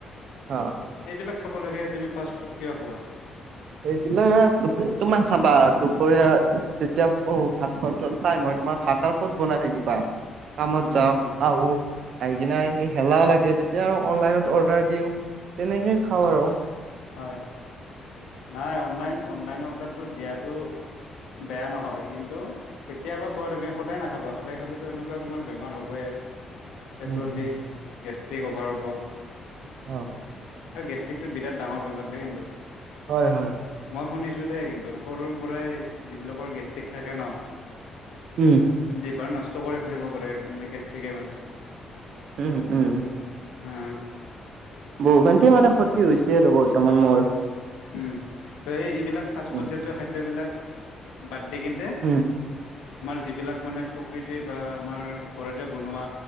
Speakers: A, on the right; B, on the left.
A: অ।
B: সেইবিলাক খাব লাগে তুমি ফাষ্টফুড কিবা খোৱা?
A: সেইবিলাক তোমাৰ চাবা দুপৰীয়া যেতিয়া ভাত টাইম হয় তোমাৰ ভাত আৰু ক'ত বনাই থাকিবা কামত
B: উম
A: যাও
B: উম
A: আহো। আহি কিনে হেলাহ লাগে তেতিয়া আৰু অনলাইনত অৰ্ডাৰ দিওঁ তেনেকে খাওঁ আৰু।
B: হয় নাই অনলাইন অনলাইন অৰ্ডাৰটো দিয়টো বেয়া নহয় কিন্তু কেতিয়াবা খোৱা তুমি সদায় নাখাবা, সদায় খালেতো এনেকুৱা তোৰেমাৰ হ'বয়ে। পেটৰ
A: উম
B: বিষ
A: উম
B: গেষ্ট্ৰিক অভাৰ হ'ব।
A: অ।
B: আৰু গেষ্ট্ৰিকটো বিৰাট ডাঙৰ বেমাৰ দেই কিন্তু।
A: হয় হয়।
B: মই শুনিছো দেই কিন্তু সৰুৰ পৰাই যিবিলাকৰ গেচ ঠিক থাকে ন
A: উম
B: লিভাৰ নষ্ট কৰি ফেলিব পাৰে, গেষ্ট্ৰিকে মানে।
A: উম উম।
B: হম।
A: বহুখানতে মানে ক্ষতি হৈছে আৰু বৰ্তমান মোৰ।
B: উম ত এই এইবিলাক ফাষ্টফুডজাতীয়
A: উম
B: খাদ্যবিলাক বাদ দি কিন্তে।
A: উম
B: আমাৰ যিবিলাক মানে প্ৰকৃতি বা আমাৰ ঘৰতে বনোৱা